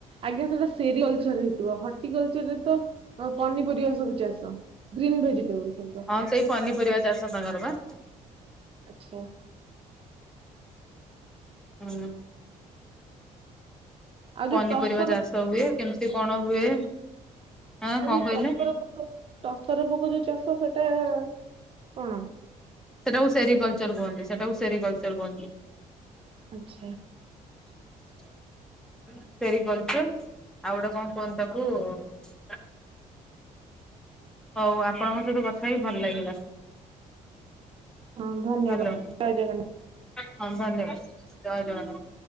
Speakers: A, on the right (about 40°); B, in the centre.
A: ଆଜ୍ଞା ସେଟା ସେରି କଲଚର ହେଇଥିବ ହଟିକଲଚରରେ ତ ପନିପରିବା ସବୁ ଚାଷ ଗ୍ରୀନ୍ ଭେଜିଟେବୁଲ ସବୁ ଚାଷ
B: ହଁ ସେଇ ପନିପରିବା ଚାଷ ତାଙ୍କର ବା।
A: ଆଚ୍ଛା।
B: ହୁଁ।
A: ଆଉ
B: ପନିପରିବା
A: ଯୋଉ ଟସର
B: ଚାଷ ହୁଏ କେମତି କଣ ହୁଏ? ଆଁ
A: ଆଉ
B: କଣ
A: ଯୋଉ
B: କହିଲେ?
A: ଟସର ଟସର ପୋକ ଯୋଉ ଚାଷ ସେଟା କଣ?
B: ସେଇଟାକୁ ସେରି କଲଚର କୁହନ୍ତି, ସେଇଟାକୁ ସେରି କଲଚର କୁହନ୍ତି।
A: ଆଚ୍ଛା।
B: <inaudible> ସେରି କଲଚର, ଆଉ ଗୋଟେ କଣ କୁହନ୍ତି ତାକୁ ହଉ ଆପଣଙ୍କ ସହିତ କଥା ହେଇ ଭଲ ଲାଗିଲା।
A: ହଁ ଧନ୍ୟବାଦ,
B: ହ୍ୟାଲୋ
A: ଜୟ ଜଗନ୍ନାଥ।
B: ହଁ ଧନ୍ୟବାଦ, ଜୟ ଜଗନ୍ନାଥ।